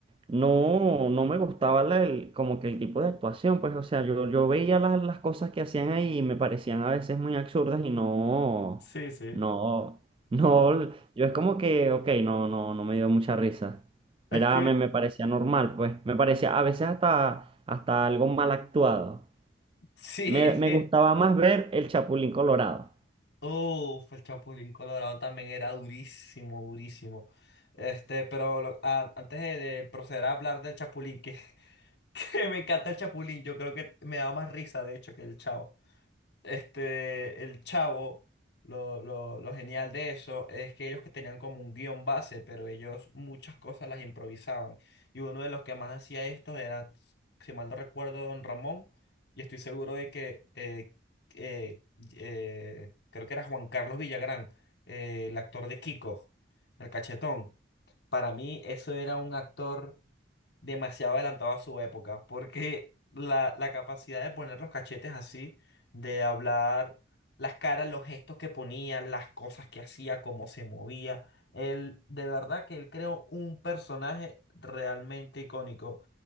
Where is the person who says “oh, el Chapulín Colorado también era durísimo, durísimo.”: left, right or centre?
Left